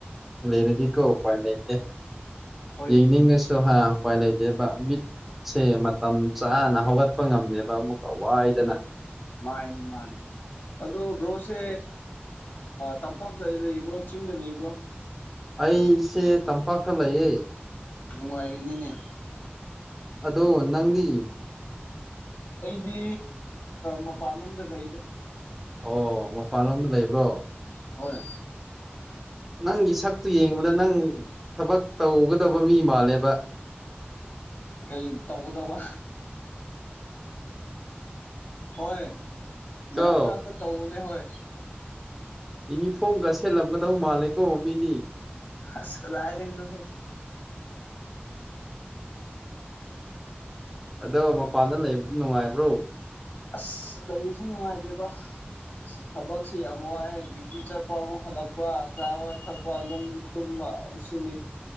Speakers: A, in the centre; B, on the left (about 55°).
A: ꯂꯩꯔꯗꯤꯀꯣ ꯎꯄꯥꯏ ꯂꯩꯇꯦ
B: ꯍꯣꯏꯅꯦ
A: ꯌꯦꯡꯅꯤꯡꯉꯁꯨꯍꯥꯎ ꯎꯄꯥꯏ ꯂꯩꯗꯦꯕ ꯃꯤꯠ ꯁꯦ ꯃꯇꯝ ꯆꯥꯅ ꯍꯧꯒꯠꯄ ꯉꯝꯃꯦꯕ ꯑꯃꯨꯛꯀ ꯋꯥꯏꯗꯅ
B: ꯃꯥꯅꯦ ꯃꯥꯅꯦ ꯑꯗꯣ ꯕ꯭ꯔꯣꯁꯦ ꯇꯝꯄꯥꯛꯇꯗꯤ ꯂꯩꯕ꯭ꯔꯣ ꯆꯤꯡꯗ ꯂꯩꯕ꯭ꯔꯣ
A: ꯑꯩꯁꯦ ꯇꯝꯄꯥꯛꯀ ꯂꯩꯌꯦ
B: ꯅꯨꯡꯉꯥꯏꯔꯤꯅꯤꯅꯦ
A: ꯑꯗꯣ ꯅꯪꯗꯤ
B: ꯑꯩꯗꯤ ꯃꯄꯥꯟꯣꯝꯗ ꯂꯩꯗ
A: ꯑꯣ ꯃꯄꯥꯟꯂꯣꯝꯗ ꯂꯩꯕ꯭ꯔꯣ
B: ꯍꯣꯏ
A: ꯅꯪꯒꯤ ꯁꯛꯇꯨ ꯌꯦꯡꯨꯕꯗ ꯅꯪ ꯊꯕꯛ ꯇꯧꯒꯗꯕ ꯃꯤ ꯃꯥꯜꯂꯦꯕ
B: ꯀꯩ ꯇꯧꯒꯗꯕ ꯍꯣꯏ ꯃꯔꯒ
A: ꯀꯣ
B: ꯃꯔ ꯇꯧ ꯍꯣꯏ
A: ꯌꯨꯅꯤꯐꯣꯔꯝꯒ ꯁꯦꯠꯂꯝꯒꯗꯧ ꯃꯥꯜꯂꯦꯀꯣ ꯃꯤꯅꯤ
B: ꯑꯁ ꯀꯗꯥ ꯂꯩ ꯅ ꯍꯦ
A: ꯑꯗꯣ ꯃꯄꯥꯟꯗ ꯂꯩꯕꯗꯨ ꯅꯨꯡꯉꯥꯏꯕ꯭ꯔꯣ
B: ꯑꯁ ꯂꯩꯕꯁꯨ ꯅꯨꯡꯉꯥꯏꯇꯦꯕ ꯑ ꯊꯕꯛꯁ ꯌꯥꯝ ꯋꯥꯏꯦ ꯗ꯭ꯌꯨꯇꯤ ꯆꯠꯄ ꯑꯃꯨꯛ ꯍꯜꯂꯛꯄ ꯆꯥꯕ ꯊꯛꯄ ꯑꯗꯨꯝ ꯇꯨꯝꯕ ꯑꯁꯤꯅꯤ